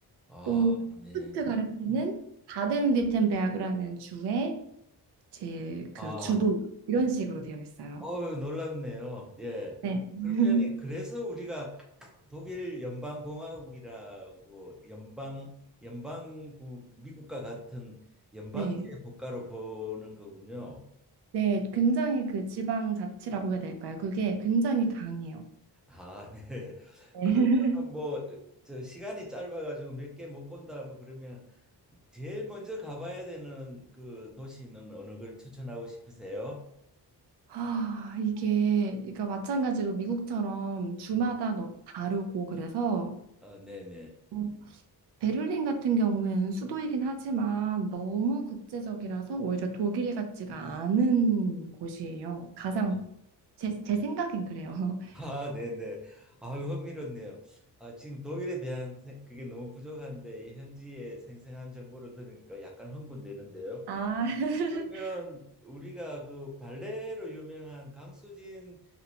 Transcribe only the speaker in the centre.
아,
네.
아,
어 놀랍네요. 예.
그러면 그래서 우리가 독일 연방공화국이라고 연방 연방국 미국과 같은 연방제
국가로 보는 거군요.
아, 네. <laughs>
그러면
뭐 저 시간이 짧아가지고 몇 개 못 본다 뭐 그러면 제일 먼저 가봐야 되는 그 도시는 어느 걸 추천하고 싶으세요?
음.
아, 네네.
아,
아, 네네. 아, 흥미롭네요. 아, 지금 독일에 대한 생- 그게 너무 부족한데 이 현지의 생생한 정보를 들으니까 약간 흥분되는데요.
그러면 우리가 그 발레로 유명한 강수진